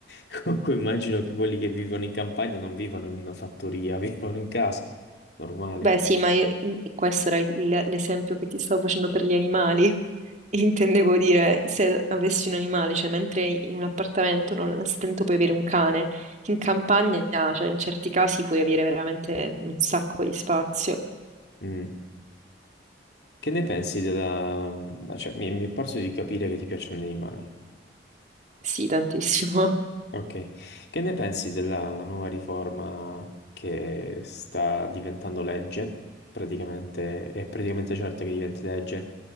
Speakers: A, on the left (about 65°); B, on the right (about 40°).
A: <laughs> Comunque immagino che quelli che vivono in campagna non vivono in una fattoria, <laughs> vivono in case normali.
B: Beh, sì, ma io- questo era il- l'esempio che ti stavo facendo per gli animali. <laughs> Intendevo dire, se avessi un animale, cioè mentre in un appartamento non al stento puoi avere un cane, in campagna, cioè in certi casi puoi avere veramente un sacco di spazio.
A: Mm. Che ne pensi della... mhmm, cioè, mi, mi è parso di capire che ti piacciono gli animali.
B: Sì, tantissimo. <laughs>
A: Ok. Che ne pensi della nuova riforma che sta diventando legge, praticamente, è praticamente certa che diventi legge,